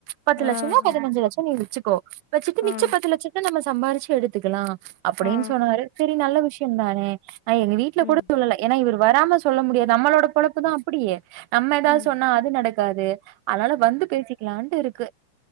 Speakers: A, on the right; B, on the left.
A: பத்து லட்சயா
B: ஆ
A: பதினஞ்சு
B: ஆ
A: லட்ச நீ வெச்சு கோ வெச்சிட்டு மிச்ச
B: ஆ
A: பத்து லட்சத்த் நம்ம சம்பாரிச்சி எடுத்துக்கலா அப்டின்னு
B: ஆ.
A: சொன்னாரு செரி நல்ல விஷயம் தானே நா எங்க வீட்ல கூட
B: ம்
A: சொல்லல ஏனா இவர் வராம சொல் சொல்ல முடியாது நம்மளோட பொழப்புதா அப்டி நம்ம எதா
B: ம்
A: சொன்னா த்துக்காது அதனால வந்து பேசிக்கலா ரெண்டு இருக்கு